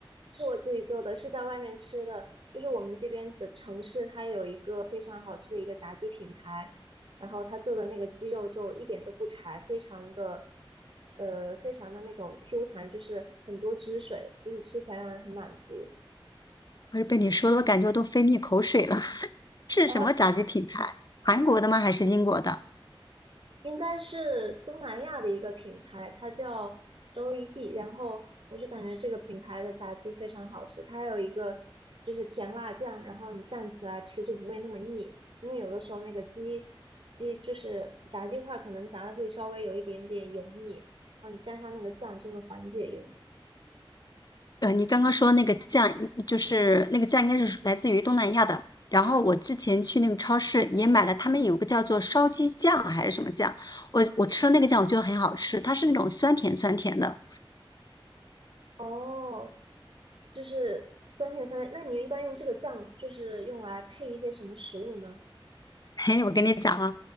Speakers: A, on the right; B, on the left.
A: 不是我自己做的，是在外面吃的。就是我们这边的城市，它有一个非常好吃的一个炸鸡品牌，然后他做的那个鸡肉就一点都不柴，非常的呃非常的那种 Q 弹，就是很多汁水，就是吃起来让人很满足。
B: 不是被你说的，我感觉我都分泌口水了。<laughs> 是什么炸鸡品牌？
A: 然后。
B: 韩国的吗？还是英国的？
A: 应该是东南亚的一个品牌，它叫周一碧然后我就感觉这个品牌的炸鸡非常好吃，它还有一个就是甜辣酱，然后你蘸起来吃就不会那么腻。因为有的时候那个鸡鸡就是炸鸡块，可能炸的会稍微有一点点油腻，然后你蘸上那个酱就会缓解油腻。
B: 呃，你刚刚说那个酱，就是那个酱应该是来自于东南亚的。然后我之前去那个超市也买了，他们有个叫做烧鸡酱还是什么酱，我我吃了那个酱，我觉得很好吃，它是那种酸甜酸甜的。
A: 哦，就是酸甜酸甜。那你一般用这个酱就是用来配一些什么食物呢？
B: <laughs> 嘿，我跟你讲啊，